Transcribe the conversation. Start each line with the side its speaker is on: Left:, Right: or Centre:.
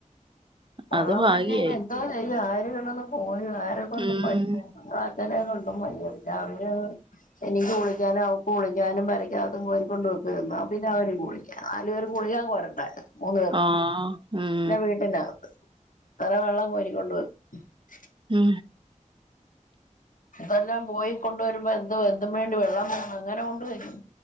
Left: വെള്ളം
Right: അത് ഭാഗ്യായി
Left: വറ്റിയാ ഇനി എന്തോ ചെയ്യും ആര് കോരു ആരെ കൊണ്ട്
Right: ഉം
Left: പറ്റ് <unintelligible> <unintelligible> കൊണ്ടും വയ്യാ പിന്നെ അവര് എനിക്ക് കുളി ക്കാനും അവക്ക് കുളിക്കാനും പെരക്കകത്തും കോരി കൊണ്ടു വെയ്ക്കായിരുന്നു, <unintelligible> നാല് പേര്ക്ക് കുളിക്കാൻ കോരണ്ടായോ? മൂന്ന് പേർ
Right: ആഹ് ഉം
Left: ഞാൻ വീട്ടിലാ ഇത്ര വെള്ളം കോരി കൊണ്ട് വന്ന് <inaudible> <unintelligible>
Right: മ്
Left: ഇതെല്ലാം പോയിക്കൊണ്ട്. <unintelligible> വെള്ളം വേണം അങ്ങനെ കൊണ്ട് വരും